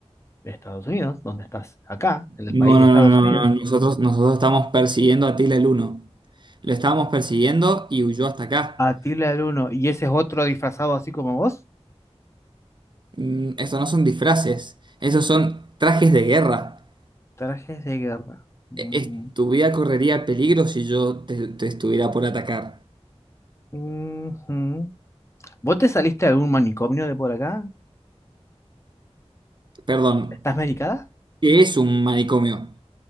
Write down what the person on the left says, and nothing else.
Estados Unidos, ¿dónde estás? Acá, en el
país de
Estados
Unidos.
Atila el Uno. ¿Y ese es otro disfrazado así como vos?
Trajes de guerra. Ujú.
Ujú. ¿Vos te saliste de algún manicomio de por acá?
¿Estás medicada?